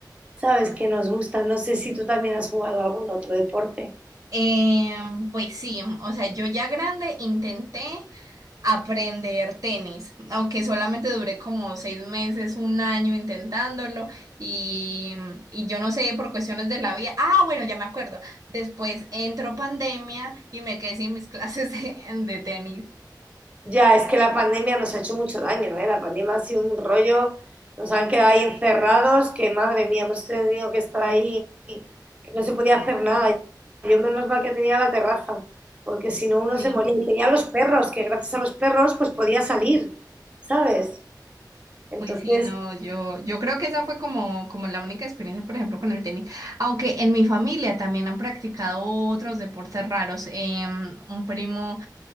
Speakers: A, on the right; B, on the right.
A: ¿sabes? Que nos gusta. No sé si tú también has jugado algún otro deporte.
B: Eh, pues sí, o sea, yo ya grande intenté. aprender tenis, aunque solamente duré como seis meses, un año intentándolo y, y yo no sé, por cuestiones de la vida, ah, bueno, ya me acuerdo, después entró pandemia y me quedé sin mis <laughs> clases de, de tenis,
A: Ya, es que la pandemia nos ha hecho mucho daño, ¿eh? La pandemia ha sido un rollo, nos han quedado ahí encerrados, que madre mía, hemos tenido que estar ahí, que no se podía hacer nada. Yo menos mal que tenía la terraza, porque si no uno
B: sí.
A: se moría. Y tenía los perros, que gracias a los perros pues podía salir, ¿sabes? Entonces,
B: Pues sí, no, yo, yo creo que esa fue como, como la única experiencia, por ejemplo, con el tenis. Aunque en mi familia también han practicado otros deportes raros. Em, un primo